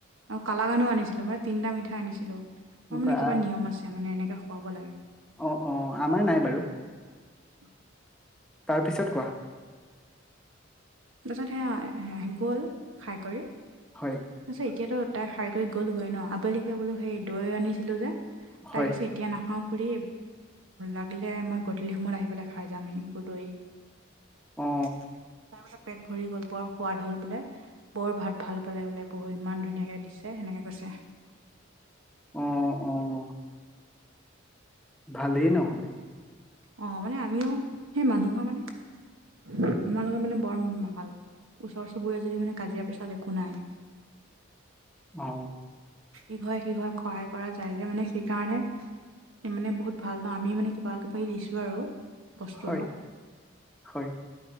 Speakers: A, on the right; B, in the centre.
A: আও কালা গানো আনি ছিলো মানে তিনটা মিঠাই আনিছিলো মই মানে
B: বা
A: কিবা নিয়ম আছে মানে এনেকে খুৱাব লাগে
B: অ অ আমাৰ নাই বাৰু
A: অ
B: তাৰপিছত কোৱা
A: তাৰপাছত সেয়া গ'ল খাই কৰি
B: হয়
A: আছে এতিয়াতো তাইক হাৰি কৰি গ'লগৈ ন আবেলিকে বোলো সেই দৈ আনিছিলো যে তাই
B: হয়
A: কৈছে এতিয়া নাখাও খুৰি লাগিলে মই গধূলি সময়ত আহি পেলাই খাই যামহি গদৈ
B: অ
A: তাৰপিছত পেট ভৰি গ'ল বৰ সোৱাদ হ'ল বোলে বৌৰ ভাত ভাল পালে বোলে বৌয়ে ইমান ধুনীয়াকে দিছে সেনেকে কৈছে
B: অ অ অ ভালেই নহ'লে
A: অ মানে আমিও সেই মানুহ ঘৰ মানে আমাৰ লগত মানে বৰ ভাল ওচৰ চুবুৰীয়া যদিও মানে কাজিয়া পেছাল একো নাই
B: অ
A: ইঘ সিঘই সহায় কৰা যায় যে মানে সেইকাৰণে মানে বহুত ভাল ন আমি মানে কিবা কিবি দিছো আৰু বস্তু
B: হয়
A: অলপ
B: হয়